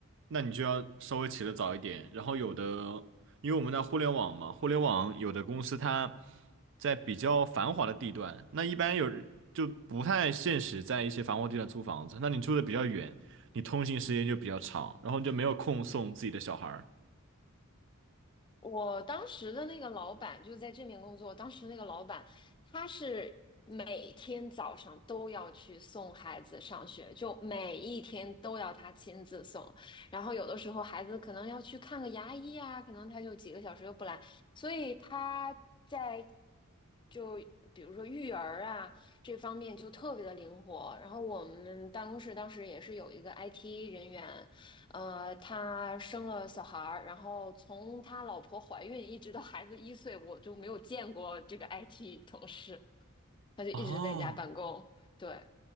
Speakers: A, on the right (about 60°); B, on the left (about 20°).
A: 那你就要稍微起得早一点，然后有的。因为我们在互联网嘛，互联网有的公司它在比较繁华的地段，那一般有就不太现实，在一些繁华地段租房子。那你住的比较远，你通勤时间就比较长，然后你就没有空送自己的小孩儿。
B: 我当时的那个老板就在这面工作，当时那个老板他是每天早上都要去送孩子上学，就每一天都要他亲自送，然后有的时候孩子可能要去看个牙医啊，可能他就几个小时又不来，所以他在就比如说育儿啊这方面就特别的灵活。然后我们办公室当时也是有一个 IT 人员，呃，他生了小孩儿，然后从他老婆怀孕一直到孩子一岁，我就没有见过这个 IT 同事，他就一直在家办公。
A: 哦，
B: 对，